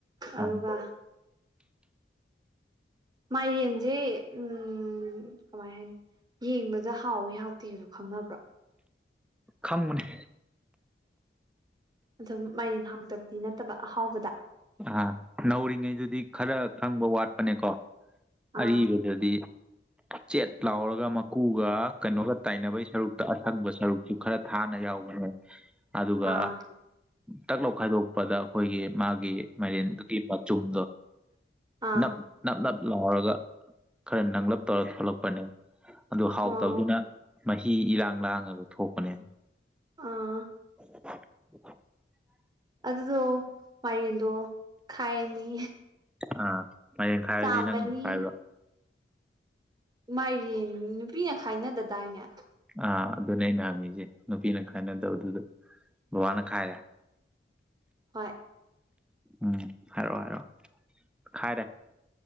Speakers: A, on the right; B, in the centre.
A: ꯑꯗꯨꯒ
B: ꯑꯥ
A: ꯃꯥꯏꯔꯦꯟꯁꯦ ꯎ ꯀꯃꯥꯏ ꯍꯥꯏꯅꯤ ꯌꯦꯡꯕꯗ ꯍꯥꯎꯋꯤ ꯍꯥꯎꯇꯦꯒꯁꯨ ꯈꯪꯅꯕ꯭ꯔꯣ
B: ꯈꯪꯕꯅꯦ
A: ꯑꯗꯨꯝ ꯃꯥꯏꯔꯦꯟ ꯍꯥꯎꯇꯕꯗꯤ ꯅꯠꯇꯕ ꯑꯍꯥꯎꯕꯗ
B: ꯑ ꯅꯧꯔꯤꯉꯩꯗꯨꯗꯤ ꯈꯔ ꯈꯪꯕ ꯋꯥꯠꯄꯅꯦꯀꯣ
A: ꯑꯥ
B: ꯑꯔꯤꯕꯗꯗꯤ ꯆꯦꯠ ꯂꯥꯎꯔꯒ ꯃꯀꯨꯒ ꯀꯩꯅꯣꯒ ꯇꯥꯏꯅꯕꯒꯤ ꯁꯔꯨꯛꯇ ꯑꯁꯪꯕ ꯁꯔꯨꯛꯇꯁꯨ ꯈꯔ ꯊꯥꯅ ꯌꯥꯎꯕꯅꯦ ꯑꯗꯨꯒ
A: ꯑꯥ
B: ꯇꯛꯂꯥꯎ ꯈꯥꯏꯗꯣꯛꯄꯗ ꯑꯩꯈꯣꯏꯒꯤ ꯃꯥꯒꯤ ꯃꯔꯦꯟꯗꯨꯒꯤ ꯃꯆꯨꯝꯗꯣ
A: ꯑꯥ
B: ꯅꯞ ꯅꯞ ꯅꯞ ꯂꯥꯎꯔꯒ ꯈꯔ ꯅꯪꯂꯂꯞ ꯇꯧꯔꯒ ꯊꯣꯛꯂꯛꯄꯅꯦ ꯑꯗꯨ ꯍꯥꯎꯇꯧꯗꯨꯅ
A: ꯑꯣ
B: ꯃꯍꯤ ꯏꯔꯥꯡ ꯂꯥꯡꯉꯒ ꯊꯣꯛꯄꯅꯦ
A: ꯑꯥ
B: <unintelligible>
A: ꯑꯗꯨꯗꯣ ꯃꯔꯦꯟꯗꯣ ꯈꯥꯏꯔꯅꯤ
B: ꯑꯥ ꯃꯥꯏꯔꯦꯟ ꯈꯥꯏꯔꯗꯤ
A: ꯆꯥꯝꯃꯅꯤ
B: ꯅꯪ ꯈꯥꯏꯕ꯭ꯔꯣ
A: ꯃꯥꯏꯔꯦꯟ ꯅꯨꯄꯤꯅ ꯈꯥꯏꯅꯗꯗꯥꯏꯅꯦ
B: ꯑꯥ ꯑꯗꯨꯅꯦ ꯑꯩꯅ ꯍꯪꯉꯁꯦ ꯅꯨꯄꯤꯅ ꯈꯥꯏꯅ ꯇꯧꯕꯗꯨꯗ ꯕꯕꯥꯅ ꯈꯥꯏꯔꯦ
A: ꯍꯣꯏ
B: ꯎꯝ ꯍꯥꯏꯔꯣꯑꯣ ꯍꯥꯏꯔꯣꯑꯣ ꯈꯥꯏꯔꯦ